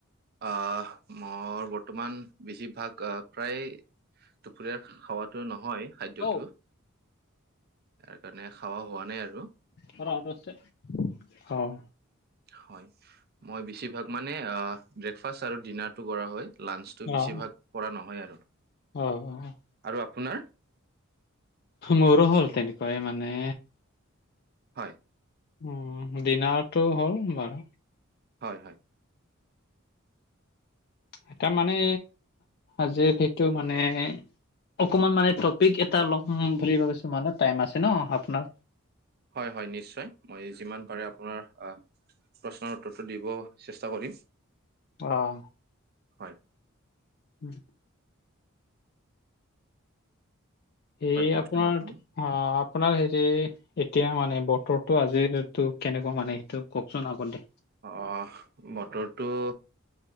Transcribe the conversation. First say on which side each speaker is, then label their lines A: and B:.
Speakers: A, on the right; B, on the left.
A: আহ মোৰ বৰ্তমান বেছিভাগ প্ৰায়ে দুপৰীয়া খাৱাতো নহয় খাদ্যটো।
B: অ
A: ইয়াৰ কাৰণে খাৱা হোৱা নাই আৰু
B: অ'
A: হয়, মই বেছিভাগ মানে, আহ ব্ৰেকফাষ্ট আৰু ডিনাৰটো কৰা হয়। লাঞ্চটো বেছিভাগ
B: অ
A: কৰা নহয় আৰু
B: অ অ
A: আৰু আপোনাৰ?
B: মোৰো হ'ল তেনেকুৱাই মানে।
A: হয়।
B: উম, দিনাৰতটো হ'ল বাৰু।
A: হয় হয়
B: এটাৰ মানে আজিৰ সেইটো মানে অকমান মানে টপিক এটা ল'ম বুলি ভাবিছো, মানে টাইম আছে ন আপোনাৰ?
A: হয়, হয় নিশ্চয়। মই যিমান পাৰে আপোনাৰ অঁ প্ৰশ্নৰ উত্তৰটো দিব চেষ্টা কৰিম।
B: অ'।
A: হয়।
B: উম। এই
A: হয় কওকচোন
B: আপোনাৰ
A: আপুনি
B: অঁ আপোনাৰ হেৰি এতিয়া মানে বতটো আজিৰতো কেনেকুৱা মানে সেইটো কওকচোন? অকন দে।
A: অহ' বতৰটো